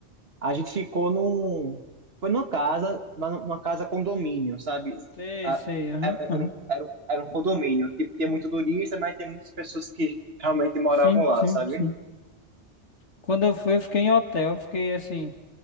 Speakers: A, on the right (about 60°); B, on the left (about 85°).
A: a gente ficou num, foi numa casa, mas numa casa condomínio, sabe?
B: Sei,
A: A-
B: sei, aham,
A: Era
B: aham.
A: era um, era um, era um condomínio, tipo, tinha muito turista, mas tem muitas pessoas que realmente moravam
B: Sim,
A: lá,
B: sim,
A: sabe?
B: sim. Quando eu fui, eu fiquei em hotel, eu fiquei assim,